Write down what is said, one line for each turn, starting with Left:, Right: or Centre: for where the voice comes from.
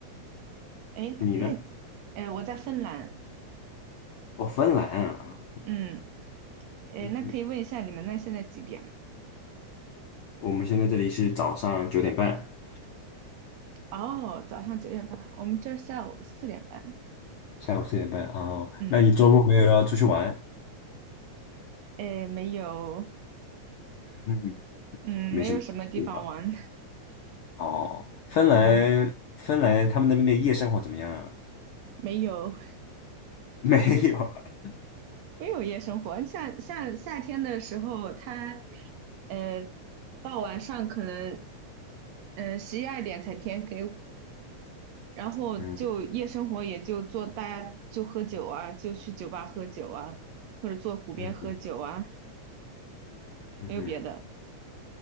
Right: 哎，那那，
Left: 你呢？
Right: 哎，我在芬兰。
Left: 哦，芬兰啊。
Right: 嗯，哎，
Left: 嗯
Right: 那可以问一下你们那现在几点吗？
Left: 我们现在这里是早上九点半，
Right: 哦，早上九点半，我们这儿下午四点半。
Left: 下午四点半哦。
Right: 嗯，
Left: 那你周末没有要出去玩？
Right: 哎，没有，
Left: 嗯，
Right: 嗯，
Left: 没什么计划。
Right: 没有什么地方玩。
Left: 哦，芬兰，
Right: <laughs> 嗯。
Left: 芬兰他们那边的夜生活怎么样啊？
Right: 没有
Left: <laughs> 没有。
Right: <laughs> 没有夜生活，像像夏天的时候，它呃到晚上可能呃十一二点才天黑，然后就夜生活也就做大家就喝酒啊，
Left: 嗯
Right: 就去酒吧喝酒啊，或者坐湖边喝酒啊，
Left: 嗯嗯嗯，
Right: 没有别的。
Left: 嗯，